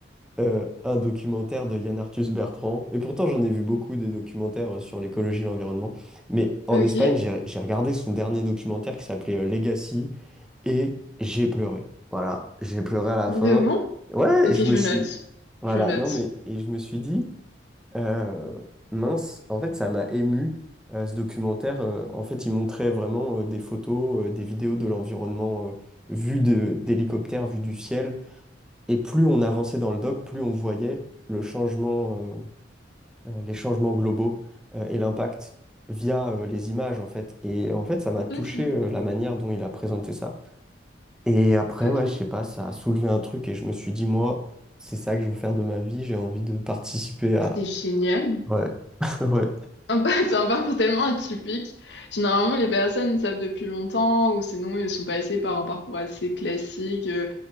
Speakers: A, in the centre; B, on the left.
A: euh, un documentaire de Yann Arthus Bertrand. Et pourtant, j'en ai vu beaucoup des documentaires euh, sur l'écologie et l'environnement. Mais en
B: Ok.
A: Espagne, j'ai j'ai regardé son dernier documentaire qui s'appelait euh, Legacy, et j'ai pleuré. Voilà, j'ai pleuré à la
B: Vraiment?
A: fin. Ouais,
B: Ok,
A: je
B: je
A: me suis...
B: note.
A: Voilà,
B: Je note.
A: non mais... Et je me suis dit, euh, mince, en fait, ça m'a ému, euh, ce documentaire. Euh, en fait, il montrait vraiment euh, des photos, euh, des vidéos de l'environnement euh, vu de, d'hélicoptère, vu du ciel. Et plus on avançait dans le doc, plus on voyait le changement, euh, euh, les changements globaux euh, et l'impact via euh, les images, en fait. Et en fait, ça m'a touché
B: Ok.
A: euh, la manière dont il a présenté ça. Et après,
B: Ok.
A: ouais, je sais pas, ça a soulevé un truc et je me suis dit, moi, c'est ça que je veux faire de ma vie, j'ai envie de participer à...
B: C'est génial.
A: Ouais, <laughs> ouais.
B: Un par- <laughs> C'est un parcours tellement atypique. Généralement, les personnes le savent depuis longtemps ou sinon ils sont passés par un parcours assez classique, euh,